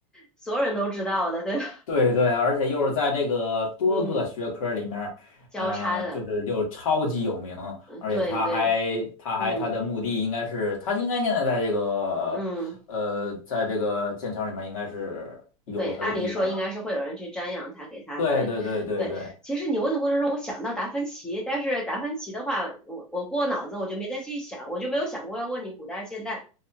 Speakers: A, in the centre; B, on the left.
A: 所有人都知道的，对吧？
B: 对对，而且又是在这个多个学科里面儿呃，
A: 嗯，交叉的，
B: 就是又超级有名，
A: 嗯对对，
B: 而且他还他还他的墓地应该是他应该现在在这个呃在这个剑桥里面应该是有他的地方吧？
A: 嗯嗯。对，按理说应该是会有人去瞻仰他，给他对，
B: 对对对对对。
A: 对。其实你问的过程中，我想到达芬奇，但是达芬奇的话，我我过脑子我就没再去想，我就没有想过要问你古代现代，